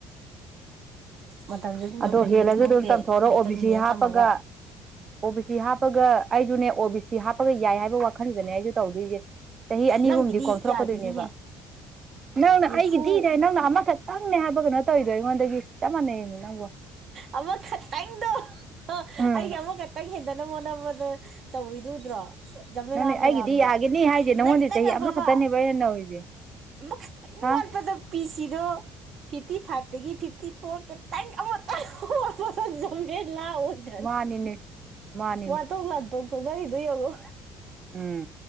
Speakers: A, on the right; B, on the right.
A: ꯃꯇꯝꯁꯦ ꯁꯨꯝ
B: ꯑꯗꯣ
A: ꯌꯧꯁꯟꯒꯤ
B: ꯍꯦꯜꯂꯁꯨ
A: ꯈꯪꯍꯧꯗꯦ
B: ꯑꯗꯨꯝ ꯇꯝꯊꯣꯛꯔꯣ
A: ꯂꯥꯏꯔꯤꯛ
B: ꯑꯣ ꯕꯤ
A: ꯇꯝꯃꯤꯅꯦ
B: ꯁꯤ ꯍꯥꯞꯄꯒ
A: ꯇꯝꯃꯒ
B: ꯑꯣ ꯕꯤ ꯁꯤ ꯍꯥꯞꯄꯒ ꯑꯩꯁꯨꯅꯦ ꯑꯣ ꯕꯤ ꯁꯤ ꯍꯥꯞꯄꯒ ꯌꯥꯏ ꯍꯥꯏꯕ ꯋꯥꯈꯜꯗꯨꯅꯦ ꯑꯩꯁꯨ ꯇꯧꯗꯣꯏꯔꯤꯁꯦ ꯆꯍꯤ ꯑꯅꯤ
A: ꯅꯪꯒꯤꯗꯤ
B: ꯑꯍꯨꯝꯗꯤ ꯀꯣꯝꯊꯣꯔꯛꯀꯗꯣꯏꯅꯦꯕ
A: ꯌꯥꯒꯤꯅꯤꯍꯦ
B: ꯅꯪꯅ
A: ꯅꯤꯐꯨ
B: ꯑꯩꯒꯤꯗꯤꯗ ꯅꯪꯅ ꯑꯃꯈꯛ ꯅꯪꯅꯦ ꯍꯥꯏꯕ ꯀꯩꯅꯣ ꯇꯧꯔꯤꯗꯣ ꯑꯩꯉꯣꯟꯗꯒꯤ ꯇꯥ ꯃꯅꯦꯃꯤꯅꯕꯣ
A: ꯑꯃꯃ ꯀ ꯇꯗꯣ
B: ꯎꯝ
A: ꯑꯩ ꯑꯃꯃ ꯀꯠꯇꯪꯗ ꯅꯅ ꯍꯣ ꯑꯃꯗ ꯇꯧꯤꯗꯨꯗ꯭ꯔꯣ ꯖꯂꯂꯥ
B: ꯅꯪꯅꯦ ꯑꯩꯒꯤꯗꯤ
A: ꯃꯌꯥꯝꯗꯣ
B: ꯌꯥꯒꯤꯅꯤ ꯍꯥꯏꯁꯦ ꯅꯪꯉꯣꯟꯗ
A: ꯅꯪ ꯅꯪ
B: ꯆꯍꯤ ꯑꯃꯈꯛꯇꯅꯦꯕ
A: ꯑꯀꯕ
B: ꯑꯩꯅ ꯅꯧꯔꯤꯁꯦ
A: ꯈꯤꯇꯪ
B: ꯍꯥ
A: ꯋꯥꯠꯄꯗ ꯄꯤꯁꯤ ꯣ ꯐꯤꯇꯤ ꯐꯥꯠꯇꯒꯤ ꯐꯤ ꯄꯣ ꯇꯪ ꯑꯃꯇ ꯂꯥꯛꯑꯣꯏꯗꯅ
B: ꯃꯥꯅꯤꯅꯦ ꯃꯥꯅꯤꯅꯦ
A: ꯋꯥꯊꯣꯛ ꯇ ꯉꯔꯤꯗꯏꯕꯨꯣ
B: ꯎꯝ